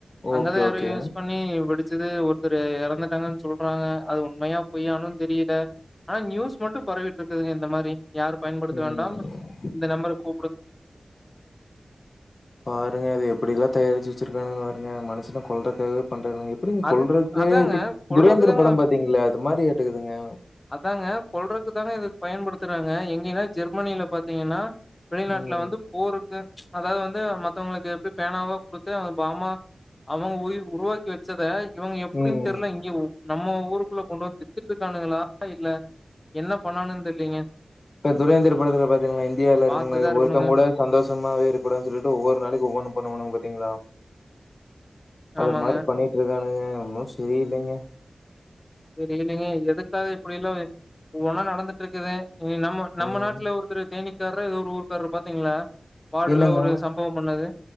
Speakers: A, on the left; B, on the left.
A: அங்கதா
B: ஓகே
A: யாரும்
B: ஓகே.
A: யூஸ் பண்ணி வெடிச் சுது ஒர்தரு எறந்துடாங்கனு சொல்றாங்க அது உண்மையா பொயானும்னு தெரியல ஆனா நியூஸ் மட்டு பரவிட்டு இருகுதுங்க இந்த மாரி யாரு பயன்படுத்த
B: ம்
A: வேண்டாம் இந்த நம்பர கூ
B: பாருங்க அது எப்டில்லா தயாரிச்சு வச்சிருக்கானுங் பாருங்க மனுசுன கொல்றகாக பண்றதுங்க எப்டிங்க
A: அது
B: கொல்றதுலே
A: அதாங்க
B: இப்டி
A: கொல்றக்கு
B: துரேந்திர
A: தாங்க
B: படம் பாதீங்ள அது மாரி ஏட்டுகுதுங்க
A: அதாங்க கொல்றக்கு தாங்க இத பயன்படுத்துறாங்க எங்கன்னா ஜெர்மனியில பாத்தீங்கன்னா வெளிநாட்ல
B: ம்
A: வந்து போருகு அதாவது வந்து மத்தவங்களுக்கு எப்டி பேனாவா குடுத்து அவ பாமா அவங்க உயி உருவாக்கி வச்சத இவங்க எப்டினு
B: ம்
A: தெரில இங்க நம்ம ஊருகுள்ள கொண்டு வந்து வித்துடு காணுங்களா இல்ல என்ன பண்ணானு தெர்லீங்க
B: இப்ப துரேந்திர படத்துல பாத்தீங்களா இந்தியால இருக்கவங்கவொருத்தவங்
A: பாத்துதா இருக்கணுங்க
B: கூட சந்தோஷமாவே இருக்கூடாதுனு சொல்லிட்டு ஒவ்வொரு நாளைக்கு ஒவ்வொனு பண்ணுவானுங்க பாத்தீங்களா அது
A: ஆமாங்க
B: மாரி பண்ணிட் இருக்கா ன்னங்க ன்னு சரி இலைங்க
A: தெரிலைங்க எதுகாக இப்டிலாம் ஒவொனா நடந்துடுருக்குது நீ நம்ம நம்ம
B: ம்
A: நாட்டுல ஒருத்தர் தேனி இருகாரு ஒரு ஊருகாரு பாதீங்களா பார்டல
B: என்னங்க
A: ஒரு சம்பவோ பண்ணது